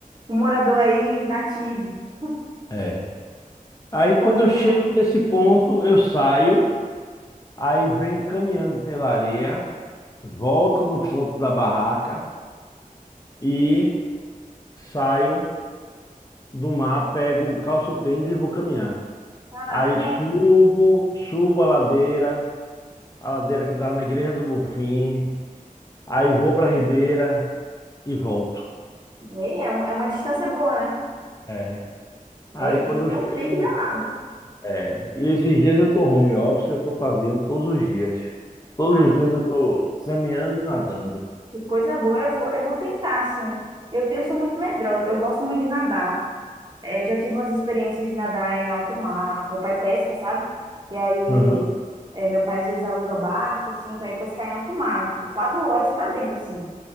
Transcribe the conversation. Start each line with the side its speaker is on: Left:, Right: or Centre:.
Right: um morador aí nativo. <laughs>
Left: É. Aí,
Right: Pô,
Left: quando
Right: legal.
Left: eu chego nesse ponto, eu saio, aí venho caminhando pela areia, volto no ponto da barraca e saio do mar, pego, calço o tênis e vou caminhar.
Right: Caramba.
Left: Aí subo, subo a ladeira, a ladeira que dá na Igreja do Bonfim. Aí vou para a Ribeira e volto.
Right: Ei, é, um- é uma distância boa, né?
Left: É. Aí
Right: Ei, tem
Left: quando
Right: que ter
Left: eu
Right: um pique
Left: chego.
Right: danado.
Left: É. E esses dias eu estou home office, eu estou fazendo todos os dias. Todos
Right: Ai,
Left: os dias eu estou caminhando e nadando.
Right: que coisa boa. Eu vou, eu vou tentar, assim. Eu, te- eu sou muito medrosa. Eu gosto muito de nadar. É, já tive umas experiências de nadar em alto mar. Meu pai pesca, sabe? E aí,
Left: Aham.
Right: é, meu pai às vezes aluga barco, assim, pra ir pescar em alto mar, tipo, quatro horas pra dentro, assim.